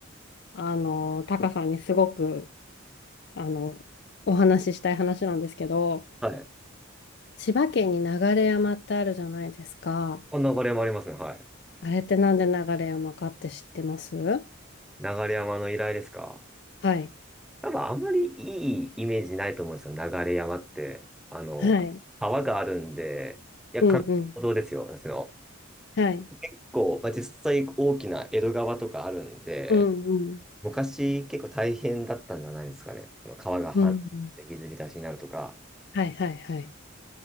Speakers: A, on the left (about 55°); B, in the centre.
A: あの、タカさんにすごく、あの、お話ししたい話なんですけど、
B: はい。
A: 千葉県に流山ってあるじゃないですか。
B: こんなバリもありますね。はい。
A: あれってなんで流山かって知ってます
B: 流山の依頼ですか
A: はい。
B: 多分あまりいいイメージないと思うんですよ。流山って。あの、
A: はい。
B: 川があるんで、いや、
A: うんうん。
B: 関道ですよ。私の。
A: はい。
B: 結構、まあ、実際大きな江戸川とかあるんで、
A: うんうん。
B: 昔結構大変だったんじゃないですかね。あの川が氾濫して水浸しになるとか。
A: うんうん。はいはいはい。